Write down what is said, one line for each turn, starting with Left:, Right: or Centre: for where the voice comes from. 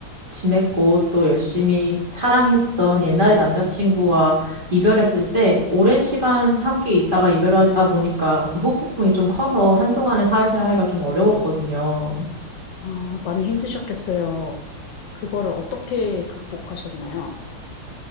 Right: 지냈고 또 열심히 사랑했던 옛날의 남자친구와 이별했을 때 오랜 시간 함께 있다가 이별하다 보니까 그 후폭풍이 좀 커서 한동안은 사회생활가 좀 어려웠거든요.
Left: 아, 많이 힘드셨겠어요. 그거를 어떻게 극복하셨나요?